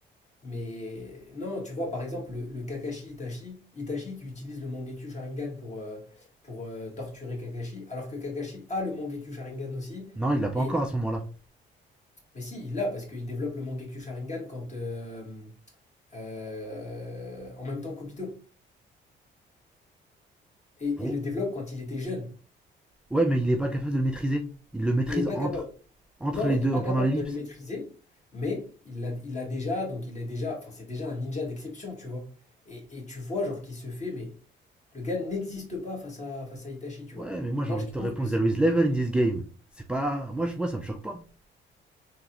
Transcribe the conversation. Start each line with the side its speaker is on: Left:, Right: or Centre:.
Left: mais non, tu vois, par exemple, le, le Kakashi Itachi, Itachi qui utilise le Mangekyou Sharingan pour, euh, pour euh, torturer Kakashi, alors que Kakashi a le Mangekyou Sharingan aussi.
Centre: Non, il l'a pas
Left: Et,
Centre: encore à ce moment-là.
Left: mais si, il l'a parce qu'il développe le Mangekyou Sharingan quand. euh, euh, en même temps qu'Obito. Et
Centre: Pour-
Left: il le développe quand il était jeune.
Centre: Ouais, mais il est pas capable de le maîtriser. Il le maîtrise
Left: Il n'est pas
Centre: entre,
Left: capable.
Centre: entre
Left: Non,
Centre: les
Left: il
Centre: deux,
Left: n'est pas capable
Centre: pendant l'ellipse.
Left: de le maîtriser, mais il l'a il l'a déjà, donc il est déjà. Enfin, c'est déjà un ninja d'exception, tu vois. Et, et tu vois, genre, qui se fait, mais le gars n'existe pas face à, face à Itachi, tu
Centre: Ouais,
Left: vois.
Centre: mais moi
Left: Et
Centre: j'ai
Left: moi,
Centre: envie
Left: je
Centre: de
Left: trouve
Centre: te répondre,
Left: que. c'est-
Centre: there is level in this game. C'est pas. Moi, je- moi ça me choque pas.